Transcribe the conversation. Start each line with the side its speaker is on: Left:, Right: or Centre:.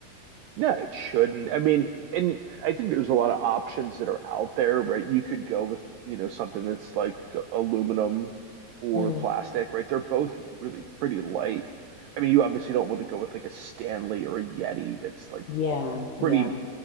Right: No, it shouldn't. I mean, and I think there's a lot of options that are out there, right? You could go with, you know, something that's like aluminum or
Left: Mm,
Right: plastic, right? They're both really pretty light. I mean, you obviously don't want to go with like a Stanley or a Yeti that's like
Left: yeah, yeah,
Right: pretty,